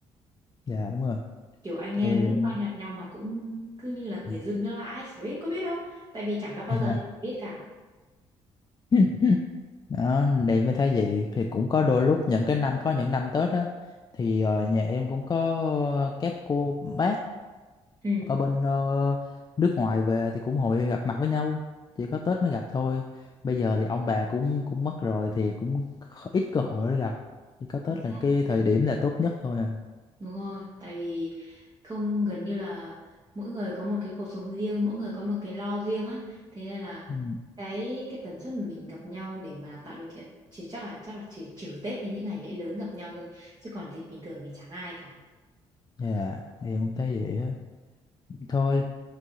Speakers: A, on the left; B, on the right.
A: dạ đúng rồi
B: kiểu anh em
A: em
B: lướt qua nhặt nhau mà cũng cứ như là
A: Ừ.
B: người dưng nước lã ấy, chả biết có biết đâu tại vì chẳng gặp bao
A: dạ.
B: giờ
A: là-
B: đâu biết cả
A: <laughs> đó em mới thấy vậy thì cũng có đôi lúc những cái năm có những năm Tết á thì ờ, nhà em cũng có các cô bác
B: ừ
A: ở bên ờ, nước ngoài về thì cũng hội gặp mặt với nhau chỉ có Tết mới gặp thôi bây giờ thì ông bà cũng cũng mất rồi thì cũng kh- ít cơ hội để gặp chỉ có Tết
B: chính xác
A: là cái thời điểm là tốt nhất thôi à
B: đúng rồi tại vì không gần như là mỗi người có một cái cuộc sống riêng mỗi người có một cái lo riêng á thế nên là
A: Ừ.
B: cái cái tần suất mà mình gặp nhau để mà tạo điều kiện chỉ chắc là chắc là chỉ trừ Tết với những ngày lễ lớn gặp nhau thôi chứ còn dịp bình thường thì chẳng ai cả
A: dạ em cũng thấy vậy á thôi